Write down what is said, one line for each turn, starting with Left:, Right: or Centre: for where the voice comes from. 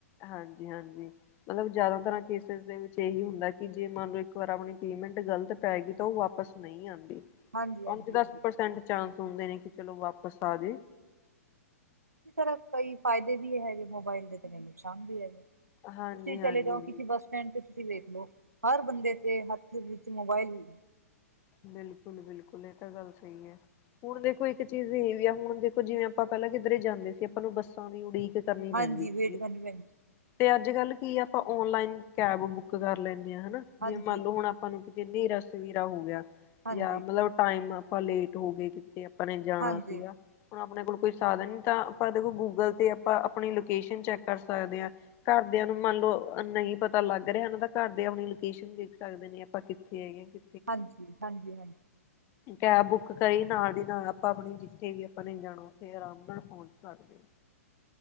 Left: ਹਾਂਜੀ- ਹਾਂਜੀ। ਮਤਲਬ ਜਾਦਾ ਤਰਾ ਕੇਸਿਸ ਦੇ ਵਿੱਚ ਏਹੀ ਹੁੰਦਾ ਕਿ, ਜੇ ਮਨ ਲਓ, ਇੱਕ ਵਾਰ ਆਪਣੀ ਪੇਮੈਂਟ ਗਲਤ ਪੈਗੀ ਤਾਂ ਉਹ ਵਾਪਸ ਨਹੀਂ ਆਉਂਦੀ,
Right: ਹਾਂਜੀ
Left: ਪੰਜ
Right: ਹਾਂਜੀ
Left: ਦਸ
Right: ਇਸੀ
Left: ਪ੍ਰਸੈਂਟ ਚਾਂਸ ਹੁੰਦੇ ਨੇ ਕਿ ਚਲੋ ਵਾਪਸ ਆ ਜੇ
Right: ਤਰ੍ਹਾਂ ਕਈ ਫਾਇਦੇ ਵੀ ਹੈਗੇ ਮੋਬਾਇਲ ਦੇ ਨੁਕਸਾਨ ਵੀ ਹੈਗੇ
Left: ਹਾਂਜੀ
Right: ਤੁਸੀਂ
Left: ਹਾਂਜੀ
Right: ਚਲੇ ਜਾਓ
Left: ਬਿਲ
Right: ਕਿਸੀ ਬੱਸ ਸਟੈਂਡ ਤੇ ਤੁਸੀਂ ਵੇਖ ਲੋ, ਹਰ ਬੰਦੇ ਤੇ ਹੱਥ ਵਿੱਚ ਮੋਬਾਇਲ
Left: ਬਿਲਕੁਲ-ਬਿਲਕੁਲ ਇਹ ਤਾਂ ਗੱਲ ਸਹੀ ਐ, ਹੁਣ
Right: ਹਨਾ
Left: ਦੇਖੋ ਇੱਕ ਚੀਜ਼ ਵੀ ਆ ਹੁਣ ਦੇਖੋ ਜਿਵੇਂ ਆਪਾਂ ਪਹਿਲਾਂ ਕਿੱਧਰੇ ਜਾਂਦੇ ਸੀ, ਆਪਾਂ ਨੂੰ ਬੱਸਾਂ ਦੀ ਉਡੀਕ ਕਰਨੀ ਪੈਂਦੀ
Right: ਹਾਂਜੀ,
Left: ਸੀਗੀ
Right: ਵੇਟ ਕਰਨੀ ਪੈ
Left: ਤੇ ਅੱਜ ਕੱਲ ਕੀ ਆ ਆਪਾਂ ਓਨਲਾਈਨ ਕੈਬ ਬੁੱਕ ਕਰ ਲੈਂਦੇ ਹਾਂ, ਹਨਾ? ਜਿਵੇਂ
Right: ਹਾਂਜੀ
Left: ਮੰਨ ਲਓ ਹੁਣ ਆ ਆਪਾਂ ਨੂੰ ਕਿਤੇ ਹਨੇਰਾ ਸਵੇਰਾ ਹੋ ਗਿਆ
Right: ਹਾਂਜੀ
Left: ਜਾਂ ਮਤਲਬ ਟਾਈਮ ਆਪਾਂ ਲੇਟ ਹੋ ਗਏ ਕਿ ਤੇ ਆਪਾਂ ਨੇ ਜਾਣਾ
Right: ਹਾਂਜੀ
Left: ਸੀਗਾ ਹੁਣ ਆਪਣੇ ਕੋਲ ਕੋਈ ਸਾਧਨ ਨੀ ਤਾਂ ਆਪਾਂ ਦੇਖੋ ਗੂਗਲ ਤੇ ਆਪਾਂ ਆਪਣੀ ਲੋਕੇਸ਼ਨ ਚੈਕ ਕਰ ਸਕਦੇ ਹਾਂ। ਘਰਦਿਆਂ ਨੂੰ ਮੰਨ ਲਓ ਨਹੀਂ ਪਤਾ ਲੱਗ ਰਿਹਾ ਨਾ ਤਾਂ ਘਰ ਦੇ ਆਪਣੀ ਲੋਕੇਸ਼ਨ ਦੇਖ ਸਕਦੇ ਨੇ। ਆਪਾਂ ਕਿੱਥੇ ਹੈਗੇ ਆ ਕਿ
Right: ਹਾਂਜੀ ਹਾਂਜੀ ਹਾਂਜੀ।
Left: ਕੈਬ ਬੁੱਕ ਕਰੀ ਨਾਲ ਦੀ ਨਾਲ ਆਪਾਂ ਆਪਣੀ ਜਿੱਥੇ ਵੀ ਆਪਾਂ ਨੇ ਜਾਣਾ ਉੱਥੇ ਆਰਾਮ ਨਾਲ ਪਹੁੰਚ ਸਕਦੇ ਹਾਂ,